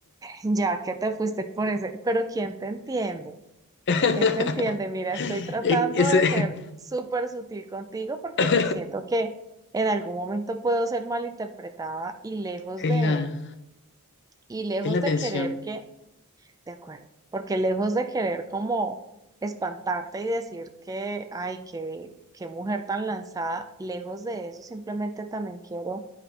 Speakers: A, on the right; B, on the left.
A: ya que te fuiste por ese, pero ¿quién te entiende?
B: <laughs>
A: ¿Quién te entiende? Mira, estoy tratando
B: E- Ese
A: de ser súper sutil contigo porque
B: <coughs>
A: siento que en algún momento puedo ser malinterpretada y lejos
B: es
A: de,
B: la,
A: y lejos
B: es la
A: de
B: tensión.
A: querer que, de acuerdo, porque lejos de querer como espantarte y decir que, ay, que qué qué mujer tan lanzada, lejos de eso, simplemente también quiero